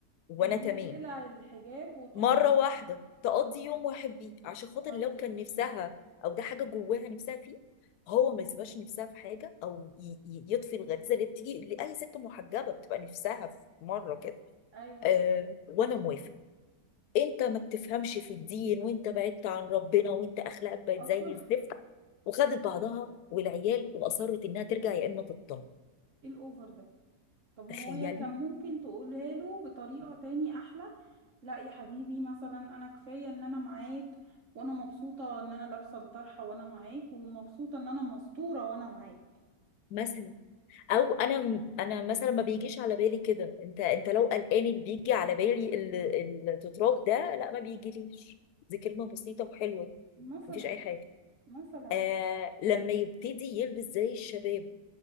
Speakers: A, on the left; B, on the right.
A: وانا
B: ان هي
A: تمام
B: تقلع الحجاب وتقض
A: مرة واحدة تقضي
B: اه
A: يوم واحد بيه عشان
B: ما
A: خاطر
B: رضيتش
A: لو كان نفسها او ده حاجة جواها نفسها فيه هو ما يسيبهاش نفسها في حاجة او ي- ي- يطفي الغريزة اللي بتيجي لأي ست محجبة بتبقى نفسها في مرة كده
B: ايوه
A: آه وانا موافق انت ما بتفهمش في الدين وانت بعدت عن ربنا وانت اخلاقك بقت
B: اصلا
A: زي
B: <laughs>
A: الزفت وخدت بعضها والعيال واصرت انها ترجع يا اما تطلق
B: ايه الاوفر ده طب ما
A: تخيلي
B: هو هي كان ممكن تقولها له بطريقة تاني احلى لا يا حبيبي مثلا انا كفاية ان انا معاك وانا مبسوطة ان انا لابسة الطرحة وانا معاك ومبسوطة ان انا مستورة وانا معاك
A: مثلا او انا م- انا مثلا ما بيجيش على بالي كده انت انت لو قلقان اللي بيجي على بالي ال- التتراب ده لا ما بيجيليش دي كلمه بسيطه وحلوه
B: مثلا
A: مفيش اي حاجه
B: مثلا
A: آه لما يبتدي يلبس زي الشباب